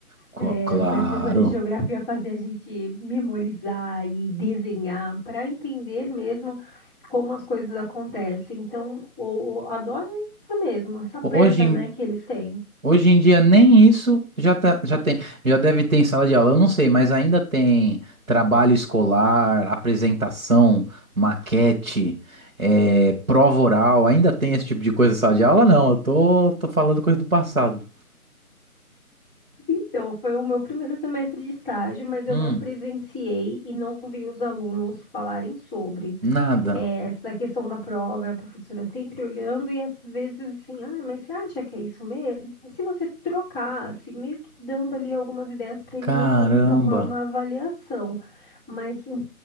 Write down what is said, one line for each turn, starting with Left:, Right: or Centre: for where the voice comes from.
Right: Co-
Centre: é,
Right: Claro.
Centre: os professores de geografia faziam a gente memorizar e desenhar para entender mesmo como as coisas acontecem. Então, o, o- a dó é essa mesmo, essa perca,
Right: Hoje, em-
Centre: né, que eles têm.
Right: Hoje em dia nem isso já, tá- já tem, já deve ter em sala de aula, eu não sei, mas ainda tem trabalho escolar, apresentação, maquete, eh, prova oral, ainda tem esse tipo de coisa em sala de aula? Não, eu tô, tô falando coisa do passado.
Centre: Então, foi o meu primeiro semestre de estágio, mas eu
Right: Hum,
Centre: não presenciei e não vi os alunos falarem sobre.
Right: nada.
Centre: É, essa questão da prova, é a professora sempre olhando e às vezes assim, ah, mas você acha que é isso mesmo? Se você trocasse, meio que dando ali algumas ideias para ele
Right: Caramba.
Centre: não ir tão mal na avaliação. Mas em-